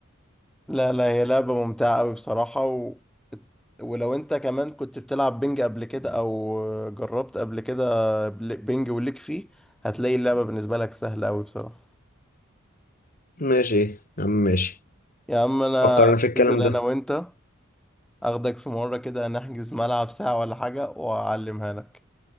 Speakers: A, in the centre; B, on the left.
A: لا لا هي لعبة ممتعة قوي بصراحة و... ولو انت كمان كنت بتلعب بينج قبل كده او جربت قبل كده بل- بينج وليك فيه هتلاقي اللعبة بالنسبة لك سهلة قوي بصراحة
B: ماشي إيه يا عم ماشي
A: يا عم انا
B: فكرنا في الكلام
A: هنزل
B: ده
A: انا وانت اخدك في مرة كده نحجز ملعب ساعة ولا حاجة واعلمها لك